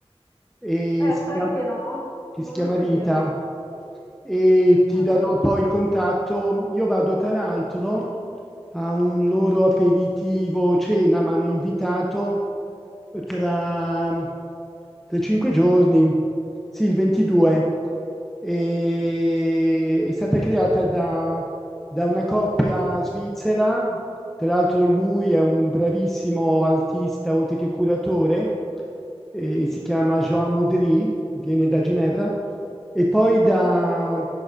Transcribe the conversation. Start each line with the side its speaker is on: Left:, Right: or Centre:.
Centre: e
Left: Eh,
Centre: si
Left: sai
Centre: chiama,
Left: che no?
Centre: che
Left: Non
Centre: si chiama
Left: lo sapevo.
Centre: Rita? e ti
Left: Eh,
Centre: darò
Left: non lo
Centre: poi il contatto. Io vado tra l'altro a un loro aperitivo cena, mi hanno invitato tra, tra cinque giorni, sì, il 22. E, è stata creata da, da una coppia svizzera, tra l'altro lui è un bravissimo artista, oltre che curatore, eh, si chiama Joan Moudry, viene da Ginevra, e poi da